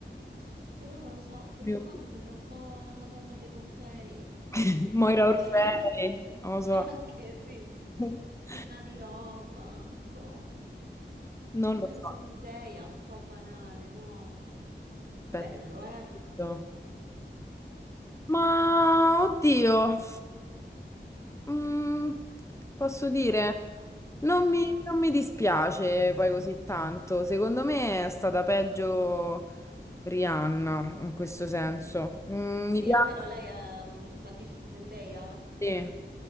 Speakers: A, on the right; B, on the left.
A: Pff, Però non lo so, pure
B: Io-
A: qua mi sembra un po' la Madonna dei Pompei, mm,
B: <laughs>
A: piena
B: Moira
A: di...
B: Orfei,
A: <laughs>
B: non lo so.
A: anche sì,
B: <laughs>
A: piena di roba, boh.
B: Non
A: Pure
B: lo so.
A: Zendaya, un po' banale, no?
B: Aspetta.
A: Bello, eh?
B: Detto. Ma, oddio, mm, posso dire,
A: Che...
B: non
A: mm.
B: mi, non mi dispiace poi così tanto. Secondo me è stata peggio Rihanna, in questo senso. Mm,
A: Sì,
B: mi piace.
A: almeno lei ha... mm, Ma dici di Zendaya?
B: Sì,